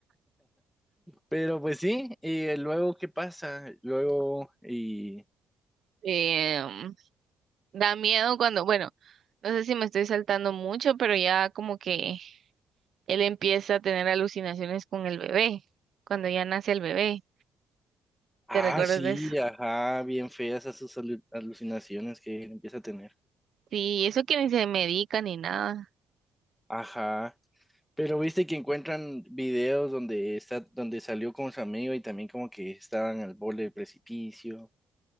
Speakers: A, in the centre; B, on the right.
A: Pero pues sí, y eh, luego, ¿qué pasa? Luego, y...
B: Em, da miedo cuando, bueno, no sé si me estoy saltando mucho, pero ya como que él empieza a tener alucinaciones con el bebé, cuando ya nace el bebé.
A: Ah,
B: ¿Te recuerdas
A: sí,
B: de eso?
A: ajá, bien feas esas alu- alucinaciones que empieza a tener.
B: Sí, eso que ni se medica ni nada.
A: Ajá. Pero viste que encuentran videos donde está, donde salió con su amigo y también como que estaban al borde del precipicio.